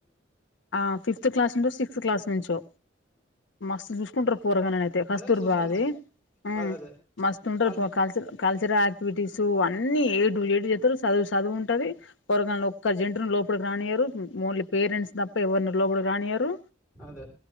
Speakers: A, on the left; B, in the centre.
A: ఆ ఫిఫ్త్ క్లాస్ సిక్స్త్ క్లాస్ నుంచో మస్తు చూసుకుంటారు పోరగాళ్లన అయితే కస్తూర్
B: ఏ చూసుకుంటారు
A: బాయ్ అది హ్మ్
B: అదే అదే
A: మస్తు ఉంటారుపో
B: అల్
A: కల్చ కల్చరల్ ఆయాక్టివిటీసు అన్ని ఏటు జెడ్ చేతారు చదువు చదువు ఉంటంది పొరగాళ్ల ఒక్క జంటుని లోపలికి రానియారు మఓన్లీ పేరెంట్స్ ని తప్ప ఎవరిని లోపల రానియారు
B: అదే